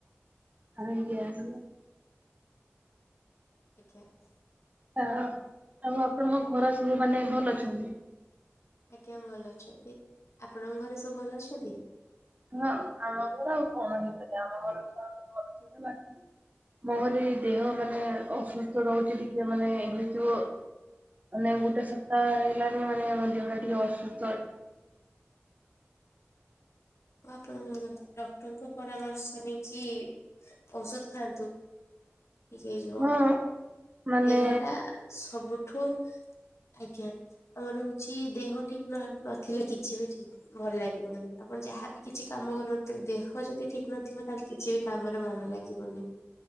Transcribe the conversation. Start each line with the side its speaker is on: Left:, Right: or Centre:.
Right: ଆଜ୍ଞା ଆଜ୍ଞା।
Left: <inaudible>
Right: ଆ ଆଉ ଆପଣଙ୍କ ଘର ସବୁ ମାନେ ଭଲ ଅଛନ୍ତି?
Left: ଆଜ୍ଞା ଭଲ ଅଛନ୍ତି ଆପଣଙ୍କ ଘରେ ସବୁ ଭଲ ଅଛନ୍ତି?
Right: ହଁ ଆମ ଘର ଆଉ କଣ ହେଇପାରେ ଆମ ଘରତ କରୁଛନ୍ତି ବାକି ମୋରି ଦେହ ମାନେ ଅସୁସ୍ଥ ରହୁଛି ଟିକେ ମାନେ ସେଇତୁ ମାନେ ଗୋଟେ ସପ୍ତାହ ହେଇଗଲାନି ମାନେ ଦେହଟା ଟିକେ ଅସୁସ୍ଥ ଅଛି।
Left: ଆପଣ ଡକ୍ଟରଙ୍କ ପରାମର୍ଶ ନେଇକି ଔଷଧ ଖାଆନ୍ତୁ। ଠିକ ହେଇଯିବ
Right: ହଁ ମାନେ
Left: ଦେହଟା ସବୁଠୁ ଆଜ୍ଞା। ଆମର ହଉଛି ଦେହ ଠିକ ନଥିଲେ କିଛି ବି ଠିକ ଭଲ ଲାଗିବନି ଆପଣ ଯାହା କିଛି କାମ କରନ୍ତୁ ଦେହ ଯଦି ଠିକ ନଥିବ ତାହେଲେ କିଛି ବି କାମରେ ମନ ଲାଗିବନି।